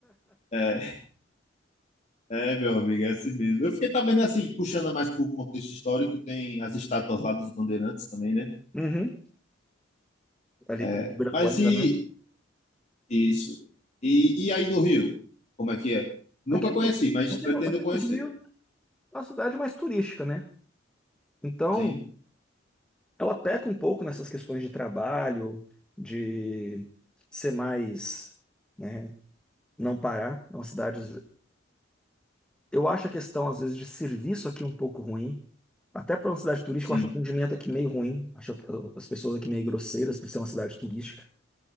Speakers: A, on the left; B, in the centre.
A: É, é, meu amigo, é assim mesmo. Eu fiquei também assim, puxando mais pro contexto histórico, tem as estátuas lá dos bandeirantes também, né?
B: Uhum. Ali
A: É,
B: perto de Ibirapuera,
A: mas e
B: né?
A: isso? E, e aí no Rio? Como é que é? Nunca
B: Aqui
A: conheci,
B: no,
A: mas
B: aqui
A: pretendo
B: no, aqui
A: conhecer.
B: no Rio é uma cidade mais turística, né? Então,
A: Sim,
B: ela peca um pouco nessas questões de trabalho, de ser mais, né, não parar. É uma cidade. Eu acho a questão, às vezes, de serviço aqui um pouco ruim. Até para uma cidade turística,
A: sim,
B: eu acho o atendimento aqui meio ruim. Acho uh, as pessoas aqui meio grosseiras por ser uma cidade turística.